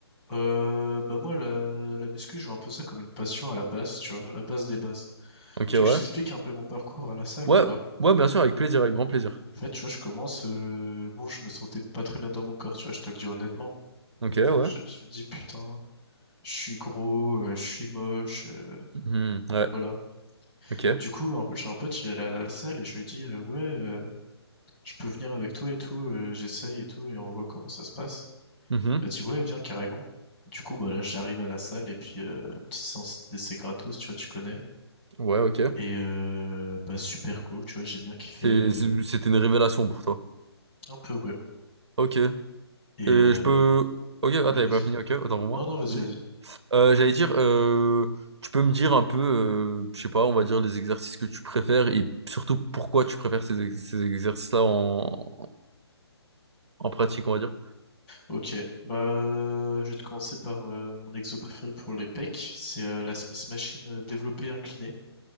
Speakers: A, on the left; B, on the right.
A: Euh, bah moi, la, la muscu, je vois un peu ça comme une passion à la base, tu vois, la base des bases.
B: Ok,
A: Tu
B: ouais.
A: veux que je t'explique un peu mon parcours à la salle
B: Ouais,
A: ou pas?
B: ouais, bien sûr, avec plaisir, avec grand plaisir.
A: En fait, tu vois, je commence, euh, bon, je me sentais pas très bien dans mon corps, tu vois, je te le dis honnêtement.
B: Ok, ouais.
A: Genre, je, je me dis, putain, je suis gros, euh, je suis moche, euh,
B: Mhm, ouais,
A: voilà.
B: ok.
A: Du coup, un, peu- j'ai un pote, il est à la salle et je lui ai dit, euh, ouais, euh, je peux venir avec toi et tout, euh, j'essaye et tout, et on voit comment ça se passe.
B: Mhm,
A: Elle dit ouais, viens carrément. Du coup, bah là, j'arrive à la salle et puis euh, petite séance d'essai gratos, tu vois, tu connais.
B: ouais, ok.
A: Et euh, bah super cool, tu vois, j'ai bien kiffé.
B: C'est-
A: euh,
B: c'est- C'était une révélation pour toi.
A: un peu, ouais.
B: Ok. Et
A: Et
B: je
A: euh,
B: peux. Ok, ah,
A: ouais,
B: t'avais
A: vas-y.
B: pas fini, ok, autant pour moi.
A: Non, non, vas-y,
B: Vas-y.
A: vas-y.
B: Euh, j'allais dire, euh, tu peux me dire un peu, euh, je sais pas, on va dire les exercices que tu préfères et surtout pourquoi tu préfères ces, ex- ces exercices-là en, en pratique, on va dire.
A: Ok, bah euh, je vais te commencer par euh, mon exo préféré pour les pecs. C'est euh, la Smith Machine euh, développée inclinée.